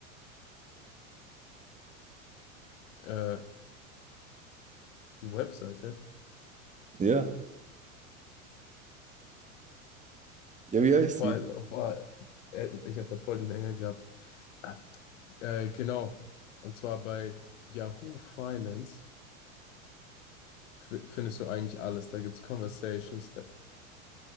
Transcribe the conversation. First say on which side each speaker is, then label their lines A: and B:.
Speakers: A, on the left; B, on the right.
A: Äh, die Webseite.
B: Ja. Ja, wie heißt
A: Boah,
B: die?
A: boah, äh, ich habe gerade voll den Hänger gehabt. Ah, äh, genau. Und zwar bei Yahoo Finance f- findest du eigentlich alles. Da gibt's Conversations, da,